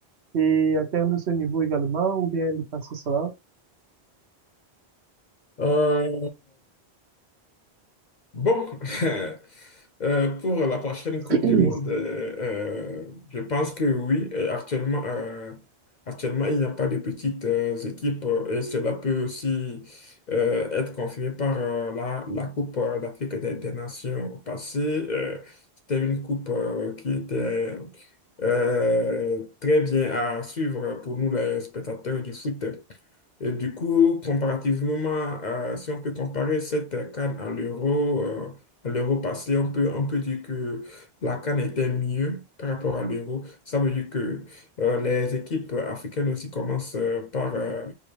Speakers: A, on the right; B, on the left.
A: et atteindre ce niveau également, ou bien dépasser cela?
B: Euh, Bon, <laughs> euh, pour la prochaine
A: <clears throat>
B: Coupe du Monde, euh, euh, je pense que oui. Et actuellement, euh, actuellement, il n'y a pas de petites euh, équipes euh, et cela peut aussi euh, être confirmé par euh, la, la Coupe euh, d'Afrique des, des Nations passée. Euh, c'était une coupe euh, qui était euh, très bien à suivre pour nous, les spectateurs du foot. Et du coup, comparativement, à- si on peut comparer cette CAN à l'euro, euh, à l'euro passé, on peut, on peut dire que la CAN était mieux par rapport à l'euro. Ça veut dire que euh, les équipes africaines aussi commencent euh, par euh,